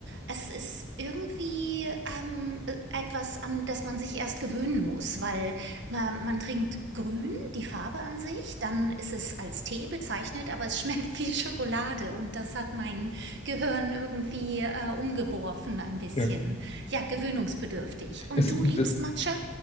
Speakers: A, on the right; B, on the left.
A: es ist irgendwie ähm, äh, etwas, an das man sich erst gewöhnen muss, weil man, man trinkt grün, die Farbe an sich, dann ist es als Tee bezeichnet, aber es <laughs> schmeckt wie Schokolade und das hat mein Gehirn irgendwie äh, umgeworfen ein bisschen.
B: Ja.
A: Ja, gewöhnungsbedürftig. Und
B: Es,
A: du liebst
B: d-
A: Matcha?